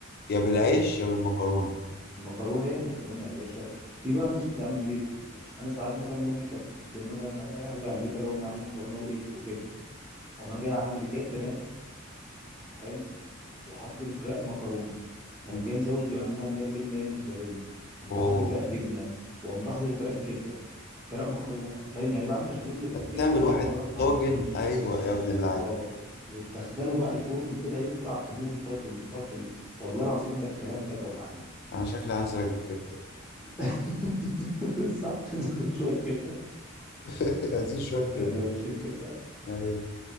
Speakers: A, on the left; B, in the centre.
A: يا بالعيش يا بالمكرونة
B: مكرونه ايه مكرونه يا باشا في بقى ناس بتعمل ايه انا ساعات مثلا امي كانت بت- مثلا ألاقي- ارجع البيت الاقي امي عامله مكرونه وايه وكبده اقوم انا جاي اعمل ايه جايب برام حلو وحاطط الرق مكرونه واقوم
A: مم.
B: جاي مزود يعني مثلا عندنا جبنه ايه موتزاريلا اقوم
A: وتعمل
B: جاي حاطط رق جبنه واقوم جاي حاطط رق كبده فرق مكرونه فاهم يعني بعمل بشاميل اللي بالكبده
A: تعمل
B: بالمكرونه
A: واحد
B: الحمراء
A: طاجن أيوة يا ابن اللعيب
B: اه وتدخله بقى الفرن كده يطلع تموت برضو من فرط ال... والله العظيم انا الكلام ده جوعني
A: أنا شكلي هنزل أجيب كبدة
B: <laughs> صح نشوي الكبده
A: <laughs> عايزين شوية كبدة
B: سندوتشين كبده
A: أيوة